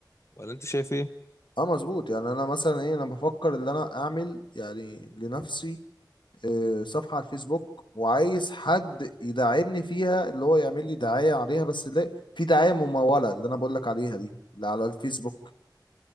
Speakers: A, on the left; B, on the left.
A: ولا انت شايف ايه؟
B: اه مظبوط يعني انا مثلا ايه انا بفكر ان انا اعمل يعني لنفسي آه، صفحة على الفيسبوك وعايز حد يدعمني فيها اللي هو يعمل لي دعاية عليها بس لا في دعاية ممولة اللي انا بقول لك عليها دي اللي على الفيسبوك